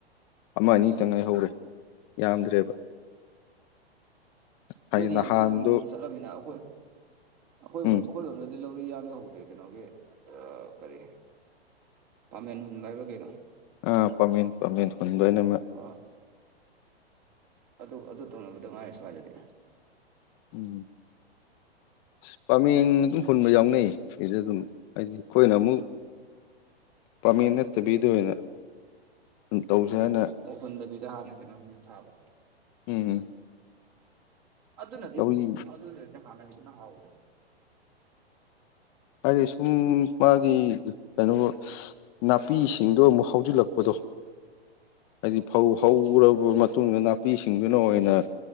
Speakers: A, on the left; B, on the right.
A: ꯑꯃ ꯑꯅꯤ
B: ꯎꯝ
A: ꯇꯪ ꯉꯥꯏ ꯍꯧꯔꯦ ꯌꯥꯝꯗ꯭ꯔꯦꯕ ꯍꯥꯏꯗꯤ
B: ꯅꯣꯏꯗꯤ
A: ꯅꯍꯥꯟꯗꯣ
B: ꯌꯥꯝ ꯊꯨꯅ ꯃꯪꯉꯝ ꯆꯠꯂꯝꯃꯤꯅ ꯑꯩꯈꯣꯏ ꯑꯩꯈꯣꯏꯕꯨ
A: ꯎꯝ
B: ꯑꯩꯈꯣꯏ ꯂꯣꯝꯗꯗꯤ ꯂꯧꯔꯤ ꯌꯥꯕ ꯍꯧꯗꯦ ꯀꯩꯅꯣꯒꯤ ꯀꯔꯤ ꯄꯥꯃꯦꯟ ꯍꯨꯟꯕ ꯍꯥꯏꯕ ꯀꯩꯅꯣ
A: ꯑ ꯄꯥꯝꯃꯟ ꯄꯥꯝꯃꯟ ꯍꯨꯟꯕ ꯑꯣꯏꯅꯃꯛ
B: ꯑ ꯑꯗꯨ ꯑꯗꯨ ꯇꯧꯅꯕꯗꯣ ꯉꯥꯏꯔꯦ ꯁ꯭ꯋꯥꯏꯗꯗꯤ
A: ꯎꯝ ꯑ ꯄꯥꯃꯦꯟ ꯑꯗꯨꯝ ꯍꯨꯟꯕ ꯌꯥꯎꯅꯩꯌꯦ ꯁꯤꯗ ꯑꯗꯨꯝ ꯍꯥꯏꯗꯤ ꯑꯩꯈꯣꯏꯅ ꯑꯃꯨꯛ ꯄꯥꯝꯃꯦ ꯅꯠꯇꯕꯤꯗ ꯑꯣꯏꯅ ꯑꯗꯨꯝ ꯇꯧꯁꯦ ꯍꯥꯏꯅ
B: ꯑꯣ ꯍꯨꯟꯗꯕꯤꯗ ꯍꯥꯟꯅ ꯀꯩꯅꯣꯁꯨ ꯊꯥꯕ
A: ꯎꯝ
B: ꯑꯗꯨ ꯅꯗꯤ
A: ꯇꯧꯔꯤ
B: ꯑꯗꯨ ꯅ ꯍꯅꯒ ꯑꯗꯨꯅ ꯍꯥꯎ
A: ꯍꯥꯏꯗꯤ ꯁꯨꯝ ꯃꯥꯒꯤ ꯀꯩꯅꯣ ꯅꯥꯄꯤꯁꯤꯡꯗꯣ ꯑꯃꯨꯛ ꯍꯧꯖꯤꯜꯂꯛꯄꯗꯣ ꯍꯥꯏꯗꯤ ꯐꯧ ꯍꯧꯔꯕ
B: ꯎꯝ
A: ꯃꯇꯨꯡꯗ ꯅꯥꯄꯤꯁꯤꯡꯗꯨꯅ ꯑꯣꯏꯅ